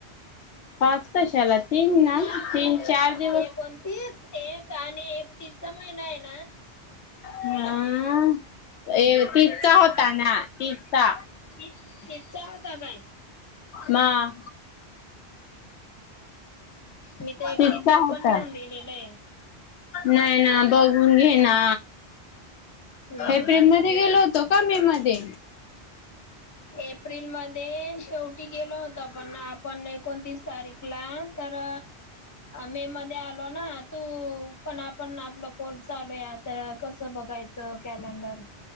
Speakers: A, on the left; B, on the left.
A: पाच कशाला तीन ना? तीन, चार दि
B: एकोणतीस, एक आणि एकतीसचा महिना आहे ना
A: हं तीस चा होता ना तीस चा.
B: तीस तीसचा होता काय?
A: म
B: मी तर एकतीसचा
A: तिसचा होता.
B: पण लिहून दिलेलंय.
A: नाही ना. बघून घे ना.
B: हम्म
A: एप्रिल मध्ये गेलो होतो का? मे मध्ये?
B: एप्रिल मध्ये शेवटी गेलो होतो, आपण पण एकोणतीस तारीख ला तर मे मध्ये आलो ना. तू पण आपण आपला कॉल चालूय. आता कसं बघायचं? कॅलेंडर.